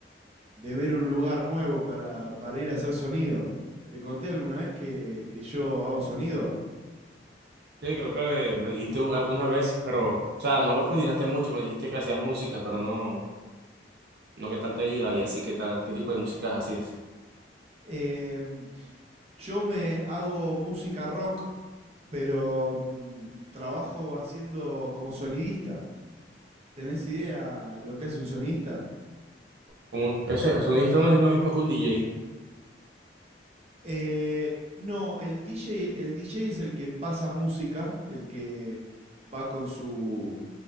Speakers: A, on the right; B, on the right.
A: de ver un lugar nuevo para, para ir a hacer sonido. ¿Te conté alguna vez que, que yo hago sonido?
B: Sí, creo que me dijiste un- alguna vez, pero, o sea, no profundizaste mucho. Me dijiste que hacías música, pero no, no qué tal te iba y así, qué tal, qué tipo de música hacías.
A: Em, yo me hago música rock, pero mm, trabajo haciendo como sonidista. ¿Tenés idea lo que hace un sonidista?
B: Un, ese, el sonidista no es lo mismo que un DJ.
A: Eh, no, el DJ, el DJ es el que pasa música, el que va con su,